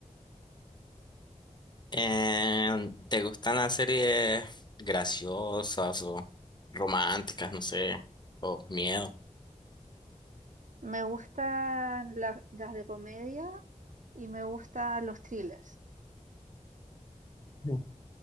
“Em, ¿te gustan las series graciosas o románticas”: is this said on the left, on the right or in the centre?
Left